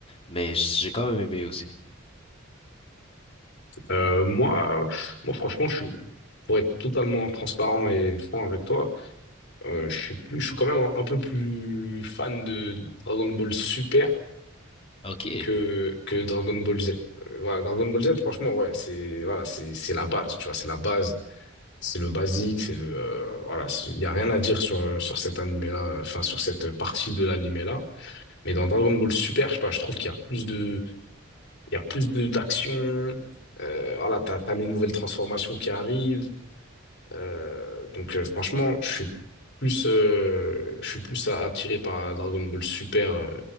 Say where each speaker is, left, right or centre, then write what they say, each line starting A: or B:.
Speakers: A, on the left; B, on the left.
A: mais j'ai quand même aimé aussi.
B: Euh, moi moi franchement je suis pour être totalement transparent et franc avec toi, euh, je suis plus je suis quand même un, un peu plus fan de Dragon Ball Super
A: Ok,
B: que que Dragon Ball Z. Euh, voilà, Dragon Ball Z franchement ouais, c'est voilà, c'est c'est la base, tu vois, c'est la base C'est le basique, c'est le euh, voilà, c'est- il y a rien à dire sur sur cet animé-là, euh, enfin sur cette partie de l'animé-là. Mais dans Dragon Ball Super, je sais pas, je trouve qu'il y a plus de il y a plus de d'action. Euh, voilà, t'as t'as les nouvelles transformations qui arrivent. Euh, donc euh, franchement, je suis plus euh, je suis plus a- attiré par Dragon Ball Super euh,